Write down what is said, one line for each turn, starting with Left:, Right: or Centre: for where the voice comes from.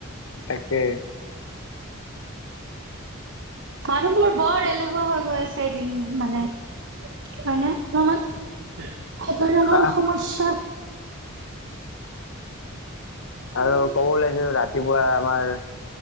Left: তাকে <unintelligible>
Right: মানুহবোৰ বৰ এলেহুৱা হৈ গৈ আছে এদিন মানে হয় ন' <unintelligible>
Left: হাহ
Right: ৰ' সমস্যা
Left: আৰু ক'ব ওলাছিলো ৰাতিপুৱা আমাৰ